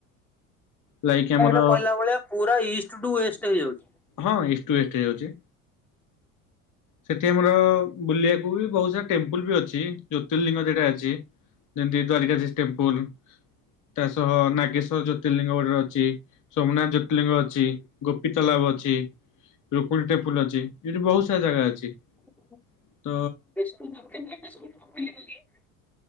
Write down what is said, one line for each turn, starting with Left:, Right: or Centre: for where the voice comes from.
Left: ଲାଇକ୍ ଆମର
Centre: ଏଇଟା କହିଲା ଭଳିଆ ପୁରା ଇଷ୍ଟ ଟୁ ୱେଷ୍ଟ ହେଇଯାଉଛି।
Left: ହଁ ଇଷ୍ଟ ୱେଷ୍ଟ ଯାଉଛି। ସେଠି ଆମର ବୁଲିବାକୁ ବି ବହୁତ ସାରା ଟେମ୍ପୁଲ ବି ଅଛି ଜ୍ୟୋତିର୍ଲିିଙ୍ଗ ସେଟା ଅଛି। ଯେମିତି ଦ୍ଵାରିକାଜୀ ଟେମ୍ପୁଲ ତା ସହ ନାଗେଶ୍ଵର ଜ୍ୟୋତି ଜ୍ୟୋତିର୍ଲିଙ୍ଗ ଗୋଟରେ ଅଛି ସୋମନାଥ ଜ୍ୟୋତିର୍ଲିଙ୍ଗ ଅଛି ଗୋପୀତାଲାଭ ଅଛି। ରୁକୁଣ ଟେମ୍ପୁଲ ଅଛି ଏଠି ବହୁତ ସାରା ଜାଗା ଅଛି।
Centre: <unintelligible>
Left: ତ